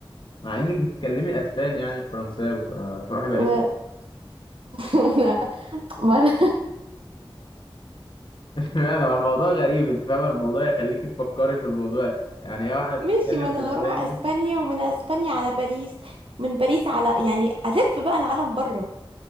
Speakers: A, on the left; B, on the right.
A: مع إنك بتتكلمي أسباني يعني مش فرنساوي فتروحي باريس
B: و... <laughs> وانا ما انا
A: انا الموضوع غريب انت فاهم الموضوع يخليك تفكري في الموضوع يعني هي
B: <laughs>
A: واحده بتتكلم
B: ماشي ما انا
A: اسباني
B: هروح اسبانيا ومن اسبانيا على باريس من باريس على يعني الف بقى العالم بره